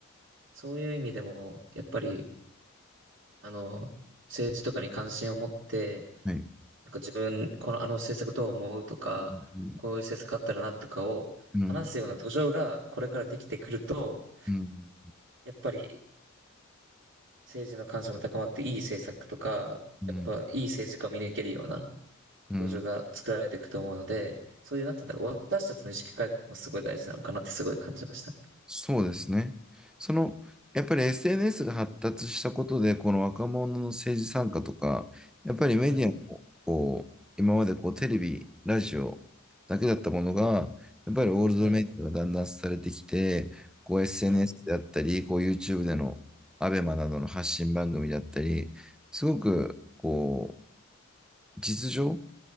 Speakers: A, on the right; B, in the centre.
A: そういう意味でも、やっぱり、あの、政治とかに関心を持って、
B: はい。
A: なんか自分、このあの政策どう思うとか、
B: うん。
A: こういう政策あったらなとかを話すような土壌がこれからできてくると、
B: うん。うん。
A: やっぱり政治の関心も高まっていい政策とか、
B: うん。
A: やっぱいい政治家を見抜けるような
B: うん
A: 土壌が作られていくと思うので、そういう、なんて言うんだろう、私たちの意識改革もすごい大事なのかなってすごい感じましたね。
B: そうですね。その、やっぱり SNS が発達したことで、この若者の政治参加とか、やっぱりメディアも、
A: はい。
B: こう、今までこうテレビ、ラジオだけだったものが、やっぱりオールドメディアがだんだんされてきて、
A: はい。
B: こう SNS
A: はい。
B: であったり、こう YouTube でのアベマなどの発信番組だったり、すごく、こう、実情